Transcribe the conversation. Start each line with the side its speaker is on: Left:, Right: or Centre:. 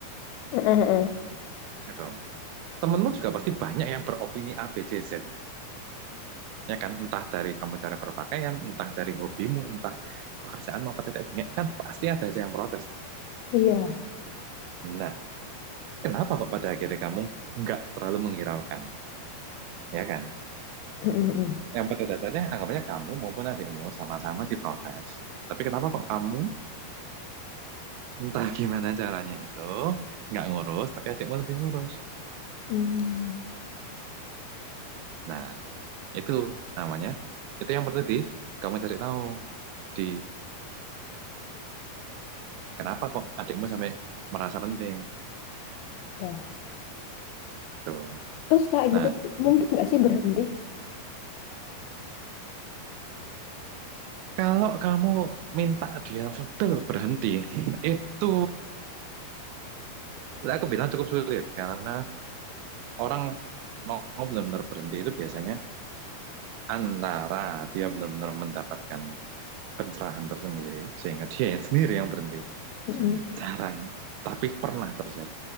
Left: Mm-mm, mm-mm.
Right: ya dong. Temenmu juga pasti banyak yang beropini A, B, C, Z. Ya kan, entah dari kamu cara berpakaian, entah dari hobimu, entah pekerjaan maupun tetek bengek, kan pasti ada aja yang protes.
Left: Iya.
Right: Nah, kenapa kok pada akhirnya kamu nggak terlalu menghiraukan? ya kan?
Left: Mm-mm, mm-mm.
Right: Yang pada dasarnya anggapannya kamu maupun adikmu sama-sama diprotes. Tapi kenapa kok kamu entah <laughs> gimana caranya itu nggak ngurus, tapi adikmu lebih ngurus.
Left: Hmm.
Right: Nah, itu namanya. Itu yang perlu di kamu cari tahu di kenapa kok adikmu sampai merasa penting
Left: Ya.
Right: gitu.
Left: Terus kayak
Right: Nah,
Left: gitu tuh
Right: terus
Left: mungkin nggak sih berhenti?
Right: kalau kamu minta dia langsung "Del, berhenti, <laughs> itu lah aku bilang cukup sulit karena orang mau benar-benar berhenti itu biasanya antara dia benar-benar mendapatkan pencerahan tersendiri sehingga dia yang sendiri yang berhenti
Left: Mm-mm.
Right: jarang tapi pernah terjadi